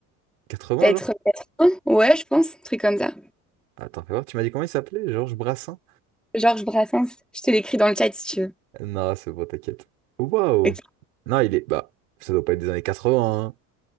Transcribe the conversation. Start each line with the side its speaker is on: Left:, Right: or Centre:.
Right: 80,
Centre: Peut-être,
Right: genre?
Centre: peut-être un. Ouais, je pense, un truc comme ça.
Right: Attends, fais voir, tu m'as dit comment il s'appelait? Georges Brassens?
Centre: Georges Brassens, je te l'écris dans le chat si tu veux.
Right: Non, c'est bon, t'inquiète. Waouh!
Centre: Ok.
Right: Non, il est. Bah, ça doit pas être des années 80, hein.